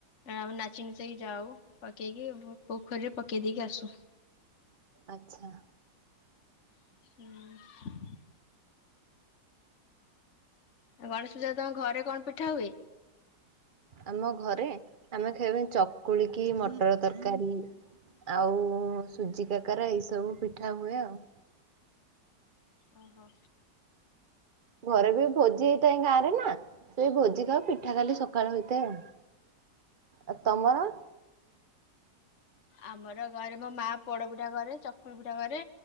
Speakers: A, on the left; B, on the right.
A: ଆମେ ନାଚି ନୁଚିକି ଯାଉ। ପକେଇକି ପୋଖରୀରେ ପକେଇ ଦେଇକି ଆସୁ।
B: ଆଛା।
A: ହୁଁ। ଗଣେଶ ପୂଜା ତମ ଘରେ କଣ ପିଠା ହୁଏ?
B: ଆମ ଘରେ ଆମେ କେବଳ ଚକୁଳିକି ମଟର ତରକାରୀ। ଆଉ ସୁଜି କାକରା ଏଇ ସବୁ ପିଠା ହୁଏ ଆଉ।
A: ଓହୋ।
B: ଘରେ ବି ଭୋଜି ହେଇଥାଏ ଗାଁ ରେ ନା ସେଇ ଭୋଜିି ଆଉ ପିଠା କାଲି ସକାଳ ହଇଥାଏ ଆଉ। ଆଉ ତମର।
A: ଆମର ଘରେ ମୋ ମା ପୋଡ ପିଠା କରେ ଚକୁଳି ପିଠା କରେ।